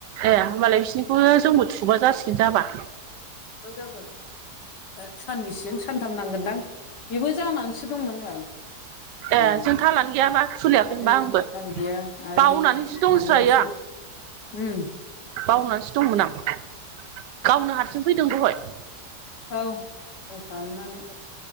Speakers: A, on the right; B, on the left.
A: ए होमबालाय बिसनिखौनो जोंबो थुबा जासिगोन जाबा।
B: मा जागोन दा सानबेसेजों सानथाम नांगोनदां बेबो जानानैसो दंमोन बाल। दंनायालाय
A: ए जों थालानो गैयाबा खुलियाखै होनबा
B: ओम
A: आंबो
B: हाल गैया आरो
A: बावनानैसो दंस्रायो
B: माबायासो
A: आं
B: उम
A: बावनानैसो दंमोन आं गावनो हारसिं फैदों दहाय
B: औ कल खालामनानै